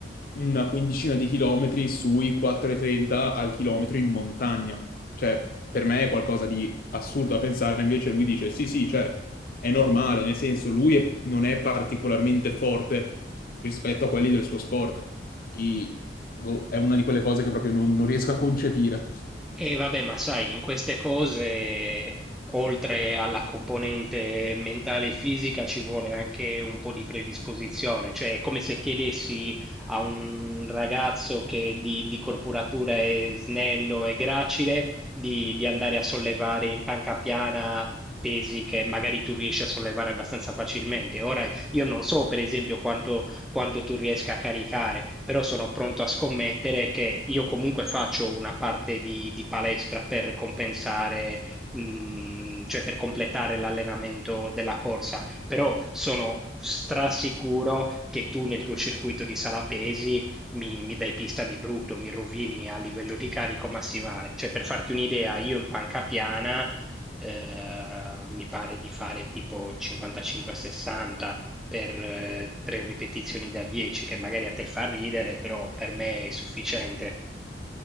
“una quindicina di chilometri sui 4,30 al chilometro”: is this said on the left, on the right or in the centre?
Left